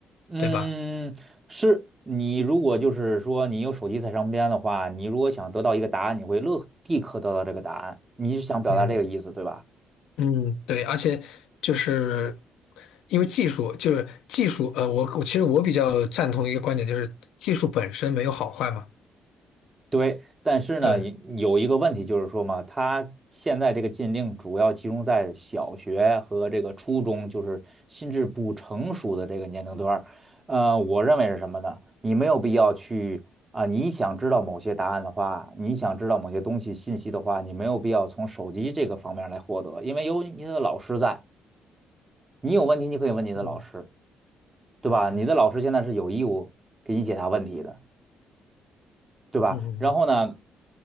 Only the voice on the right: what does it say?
嗯，
是你如果就是说你有手机在身边的话，你如果想得到一个答案，你会立立刻得到这个答案，你是想表达这个意思，
对吧？
对，但是呢，
有一个问题就是说嘛，他现在这个禁令主要集中在小学和这个初中，就是心智不成熟的这个年龄段儿呃，我认为是什么呢？你没有必要去啊、你想知道某些答案的话，你想知道某些东西信息的话，你没有必要从手机这个方面来获得，因为有你的老师在，你有问题你可以问你的老师，
对吧？
你的老师现在是有义务给你解答问题的。对吧？
然后呢，